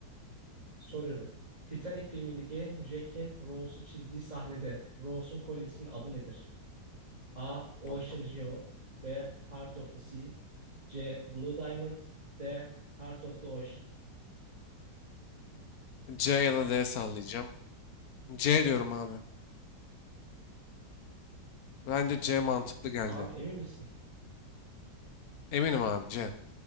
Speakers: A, on the right; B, on the left.
A: soruyorum. Titanic filmindeki Jack'in Rose'u çizdiği sahnede Rose'un kolyesinin adı nedir? A. Ocean
B: Aha.
A: Jewel B. Heart of the Sea C. Blue Diamond D. Heart of the Ocean
B: C ya da D sallayacağım. C diyorum abi. Bence C mantıklı geldi.
A: Abi emin misin?
B: Eminim abi C.